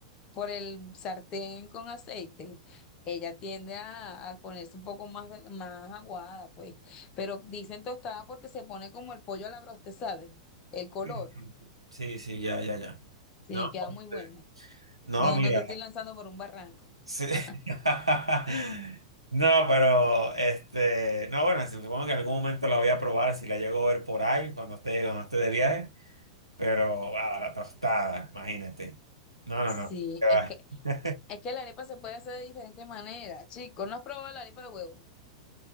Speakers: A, on the left; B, on the right.
A: por el sartén con aceite, ella tiende a, a ponerse un poco más, de- más aguada, pues. Pero dicen tostada porque se pone como el pollo a la broste, ¿sabes? El color.
B: <laughs> Sí, sí, ya, ya, ya.
A: Sí,
B: No,
A: queda muy
B: este,
A: buena.
B: no,
A: No,
B: mira.
A: no te estoy lanzando por un barranco.
B: Sí. <laughs>
A: <laughs>
B: No, pero este, no, bueno, supongo que en algún momento la voy a probar si la llego a ver por ahí cuando esté, cuando esté de viaje, pero wow, la tostada, imagínate. No, no,
A: Sí,
B: no. qué va.
A: es que
B: <laughs>
A: Es que la arepa se puede hacer de diferentes maneras, chicos. ¿No has probado la arepa de huevo?